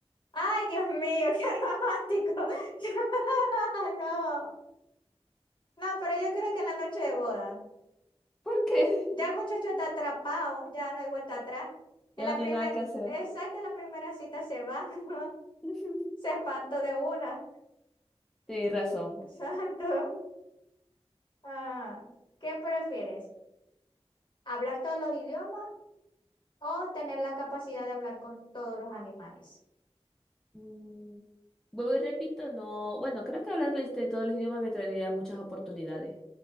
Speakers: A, on the left (about 45°); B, in the centre.
A: Ay, Dios mío, qué romántico. <laughs>
B: <gasps>
A: No, no, pero yo creo que en la noche de boda.
B: ¿Por qué?
A: Ya el muchacho está atrapado, ya no hay vuelta atrás. En
B: Ya
A: la
B: no tiene
A: primera,
B: nada que hacer.
A: exacto, en la primera cita se va. <laughs>
B: <laughs>
A: Se espantó de una.
B: Tienes razón.
A: <laughs> Exacto. Ah, ¿qué prefieres? ¿Hablar todos los idiomas o tener la capacidad de hablar con todos los animales?
B: Mm, vuelvo y repito, no, bueno, creo que hablar este, todos los idiomas me traería muchas oportunidades.